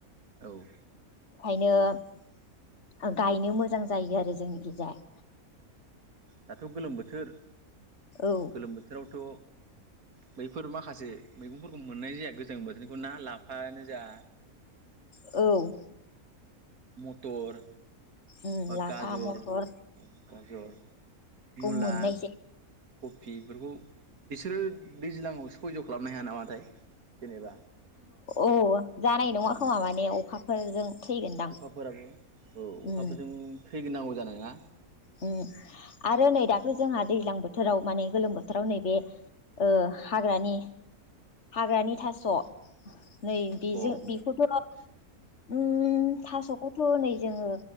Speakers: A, on the right; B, on the left.
A: औ
B: ओंखायनो गायनो मोजां जायो आरो जोंनि गेजाया
A: दाथ' गोलोम बोथोर
B: औ
A: गोलोम बोथोरावथ' बैफोर माखासे मैगंफोरखौ मोननाय जाया गोजां बोथोरखौ ना लाफायानो जाय
B: औ
A: मटर
B: उम
A: बा
B: लाफा
A: गाजर
B: मथर
A: गाजर मुला
B: मोननाय
A: कफि बेफोरखौ बिसोरो दैज्लाङाव सयज' खालामनो हाया नामाथाय जेनेबा
B: औ जानाय नङा खोमा माने अखाफोरजों थैगोनदां
A: अखाफोराबो औ अखाफोरजों
B: उम
A: थैग्रोनांगौ जानाय ना
B: उम आरो नै दाख्लै जोंहा दैज्लां बोथोराव माने गोलोम बोथोराव नैबे ओ हाग्रानि हाग्रानि थास' नै बेजों
A: अ
B: बेखौथ' उम थास'खौथ' नै जोङो